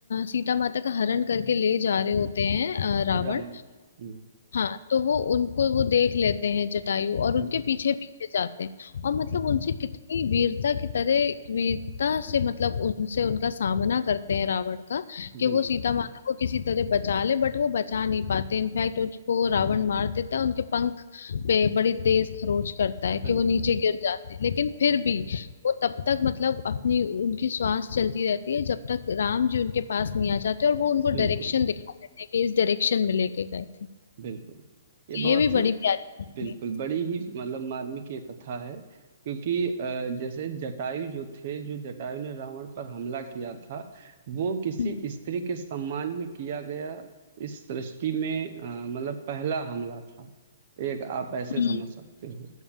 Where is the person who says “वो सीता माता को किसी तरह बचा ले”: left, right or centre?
Left